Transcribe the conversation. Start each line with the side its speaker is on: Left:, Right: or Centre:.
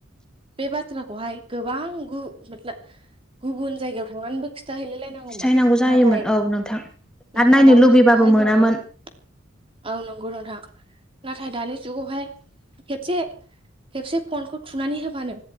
Right: बे बाथ्राखौहाय गोबां गु गुबुन जायगायाव थांनानैबो खि खिथाहैलाय लायनांगौमोन
Centre: खिथाहैनांगौ जायोमोन
Right: नाथाय
Centre: औ नोंथां
Right: नाथाय
Centre: आरो नायनो
Right: दानि
Centre: लुगैबाबो
Right: जुगावहाय
Centre: मोनामोन
Right: जोङो औ नंगौ नोंथां नाथाय दानि जुगावहाय खेबसे खेबसे फनखौ थुनानै होबानो